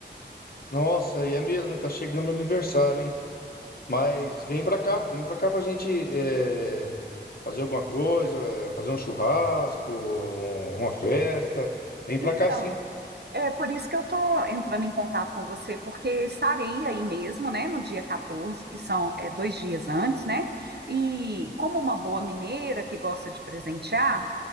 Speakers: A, on the left (about 55°); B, on the right (about 60°).
A: Nossa, e é mesmo, e tá chegando meu aniversário, hein? Mas vem pra cá, vem pra cá pra gente é, fazer alguma coisa, é, fazer um churrasco, uma festa. Vem
B: Então
A: pra cá, sim.
B: É por isso que eu estou entrando em contato com você, porque estarei aí mesmo, né, no dia 14, que são é, dois dias antes, né? E como uma boa mineira que gosta de presentear,